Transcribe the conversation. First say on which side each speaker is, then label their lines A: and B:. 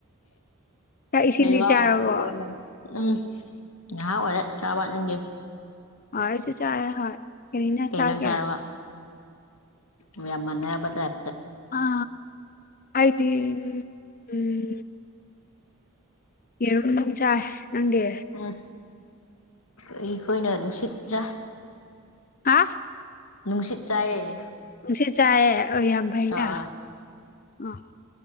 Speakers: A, on the left; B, on the left.
A: ꯆꯥꯛ ꯏꯁꯤꯡꯗꯤ
B: ꯅ ꯋꯥꯉꯨ
A: ꯆꯥꯔꯕꯣ
B: ꯊꯨ ꯑꯣ ꯎꯝ ꯉꯍꯥꯛ ꯑꯣꯏꯔꯦ ꯆꯥꯕꯠꯅꯤꯡꯒꯦ
A: ꯍꯣꯏꯁ ꯆꯔ ꯍꯣꯏ ꯀꯔꯤ ꯏꯟꯖꯥꯡ
B: ꯌꯦꯟꯖꯥꯡ
A: ꯆꯥꯒꯦ
B: ꯆꯥꯔꯕ ꯎ ꯌꯥꯝ ꯃꯥꯟꯅꯔꯕ ꯇꯥꯏꯞꯇ
A: ꯑ ꯑꯗꯤ ꯎꯝ ꯌꯦꯔꯨꯝ ꯑꯗꯨꯝ ꯆꯥꯏ ꯅꯪꯒꯤ
B: ꯎꯝ ꯑꯩꯈꯣꯏꯅ ꯅꯨꯡꯁꯤꯠꯇ꯭ꯔꯥ
A: ꯍꯥ
B: ꯅꯨꯡꯁꯤꯠ ꯆꯥꯏꯌꯦ
A: ꯅꯨꯡꯁꯤ ꯆꯥꯏꯦ ꯑꯣꯏ ꯌꯥꯝ ꯐꯩꯅ
B: ꯑꯥ
A: ꯑꯣ